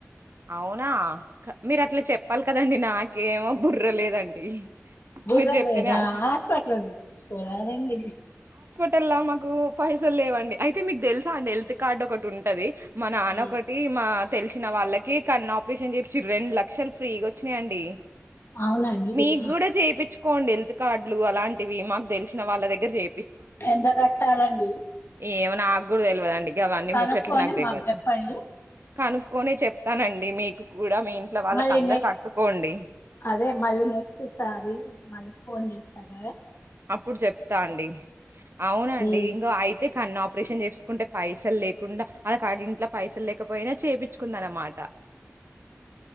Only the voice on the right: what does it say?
అవునా మీరు అట్లా చెప్పాలి కదండి నాకేమో బుర్ర లేదండి.
మీరు చెప్తేనే అ
తెల్లా మాకు పైసలు లేవండి అయితే మీకు దెలుసా అండి హెల్త్ కార్డ్ ఒకటి ఉంటది. మా నాన్నొకటి
మా తెలిసిన వాళ్ళకి కన్ను ఆపరేషన్ చెపిచ్చిరు రెండు లక్షలు ఫ్రీగా వచ్చినయండి.
మీకు
గూడా చేపిచ్చుకోండి హెల్త్ కార్డులు అలాంటివి మాకు దెలిసిన వాళ్ళ దగ్గర చే
ఏమో నాకు గూడా దెలువదండి గావన్నీ
ముచ్చట్లు నాకు దెలువదు.
కనుక్కొని చెప్తానండి మీకు కూడా మీ ఇంట్లో వాళ్ళకందరికి
అట్టుకోండి.
అప్పుడు జెప్తా అండి అవునండి
ఇంకా అయితే కన్నా ఆప్ ఆపరేషన్ చేసుకుంటే పైసలు లేకుండా ఆల్లకాడ ఇంట్లో పైసలు లేకపోయినా చేపిచ్చుకున్నరు అన్నమాట